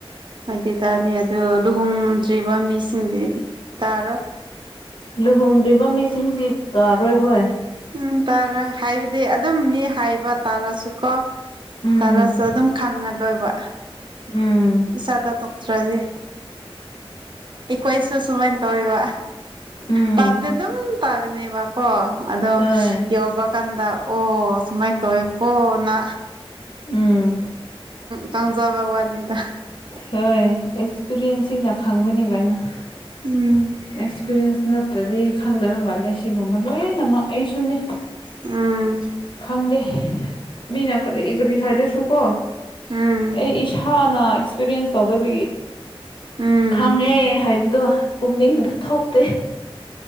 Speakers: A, on the right; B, on the left.
A: ꯍꯥꯏꯗꯤ ꯇꯥꯅꯤ ꯑꯗꯨꯗ ꯂꯨꯍꯣꯡꯗ꯭ꯔꯤꯕ ꯃꯤꯁꯤꯡꯗꯤ ꯇꯥꯔꯣ
B: ꯂꯨꯍꯣꯡꯗ꯭ꯔꯤꯕ ꯃꯤꯁꯤꯡꯁꯤ ꯇꯥꯔꯣꯏ ꯍꯣꯏ
A: ꯎꯝ ꯇꯥꯔꯣꯏ ꯍꯥꯏꯕꯗꯤ ꯑꯗꯨꯝ ꯃꯤ ꯍꯥꯏꯕ ꯇꯥꯔꯁꯨꯀꯣ
B: ꯎꯝ
A: ꯇꯔꯁꯨ ꯑꯗꯨꯝ ꯈꯪꯉ ꯂꯣꯏꯕ
B: ꯎꯝ
A: ꯏꯆꯥ ꯇꯥꯊꯣꯛꯇ꯭ꯔꯗꯤ ꯑꯩꯈꯣꯏꯁꯨ ꯁꯨꯃꯥꯏꯅ ꯇꯧꯋꯦꯕ
B: ꯎꯝ
A: ꯇꯥꯕꯗꯤ ꯑꯗꯨꯝ ꯇꯥꯕꯅꯦꯕꯀꯣ ꯑꯗꯣ
B: ꯍꯣꯏ
A: ꯌꯧꯕ ꯀꯥꯟꯗ ꯑꯣ ꯁꯨꯃꯥꯏꯅ ꯇꯧꯋꯦꯀꯣ ꯅꯥ
B: ꯎꯝ
A: ꯀꯥꯡꯪꯖꯕ ꯋꯥꯅꯤꯗ
B: ꯍꯣꯏ ꯑꯦꯛꯁꯄꯤꯔꯤꯌꯦꯟꯁꯁꯤꯡꯅ ꯈꯪꯕꯅꯤ ꯀꯥꯏꯩꯅꯣ
A: ꯎꯝ
B: ꯑꯦꯛꯁꯄꯤꯔꯤꯌꯦꯟꯁ ꯅꯠꯇ꯭ꯔꯗꯤ ꯈꯪꯗꯕ ꯃꯥꯜꯂꯦ ꯁꯤꯒꯨꯝꯕ ꯂꯣꯏꯅꯃꯛ ꯑꯩꯁꯨꯅꯦ
A: ꯎꯝ
B: ꯈꯪꯗꯦ ꯃꯤꯅ ꯀꯔꯤ ꯀꯔꯤ ꯍꯥꯏꯔꯁꯨꯀꯣ
A: ꯎꯝ
B: ꯑꯩ ꯏꯁꯥꯅ ꯑꯦꯛꯁꯄꯤꯔꯤꯌꯦꯟ꯭ꯁ ꯇꯧꯗꯕꯤꯒꯤ
A: ꯎꯝ
B: ꯈꯪꯉꯦ ꯍꯥꯏꯕꯗꯣ ꯄꯨꯛꯅꯤꯡꯗ ꯊꯣꯛꯇꯦ